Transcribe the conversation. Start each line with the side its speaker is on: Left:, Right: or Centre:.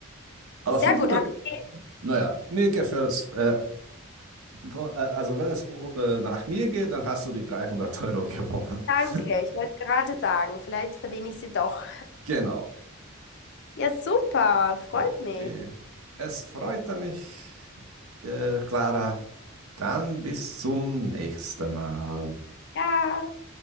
Right: Aber
Left: Sehr
Right: 500
Left: gut, Heidi.
Right: Naja, mir gefällt's. Äh, po- äh, also wenn es äh, nach mir geht, dann hast du die 300 Euro gewonnen.
Left: danke.
Right: <laughs>
Left: Ich wollte gerade sagen, vielleicht verdiene ich sie doch.
Right: Genau.
Left: Ja, super, freut
Right: Okay.
Left: mich.
Right: Es freute mich, äh, Clara. Dann bis zum nächsten Mal.
Left: Ja.